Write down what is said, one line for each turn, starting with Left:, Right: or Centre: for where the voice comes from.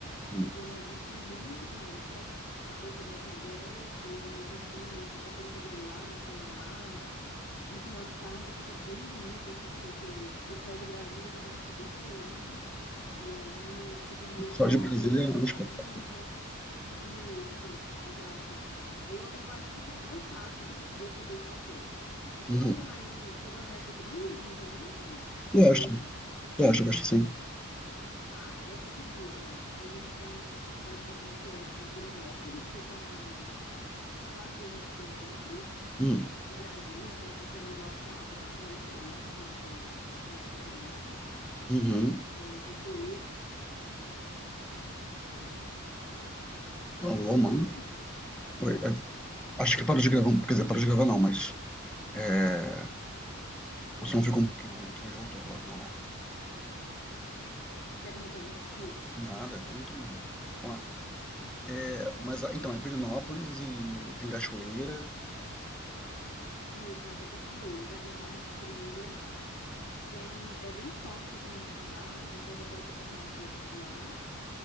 Centre: Hum,
Left: que tem uma vista muito bonita. Dá para você ver o Congresso e no fundo, assim, dá para você ver o Lago Paranoá. No final de tarde fica bem bonito, assim, porque o céu de Brasília geralmente é bem colorido e aí fica meio
Centre: Só
Left: rosa,
Centre: de Brasília
Left: meio
Centre: é um espetáculo.
Left: laranja. Isso, exato. Aí eu, eu acho que você ia gostar, assim, desse, desse passeio. E você
Centre: Uhum.
Left: gosta mais de. Você gosta de ecoturismo também?
Centre: Gosto,
Left: Ou não?
Centre: gosto, gosto sim.
Left: Tá, ecoturismo. A gente tem a cidade vizinha que é, tipo, Pirinópolis, fica a uns quase 200 quilômetros
Centre: Hum,
Left: de Brasília. Então, se você alugar um carro, dá para você ir para fazer um, um ecoturismo.
Centre: Uhum.
Left: É, cachoeira,
Centre: Alô,
Left: coisas.
Centre: Romana.
Left: <laughs>
Centre: Oi, é, acho que parou de gravar, um, quer dizer, parou de gravar não, mas é, o som ficou um pouquinho ruim aqui, mas voltou agora, normal.
Left: Quer começar de novo?
Centre: Nada, eu não tô... Vamos lá. É, mas, ah, então, é Pirinópolis e tem Cachoeira.
Left: Isso, lá tem cachoeira, tem várias trilhas. Tem, é bem histórica também a cidade, então dá para você passear um pouco por lá.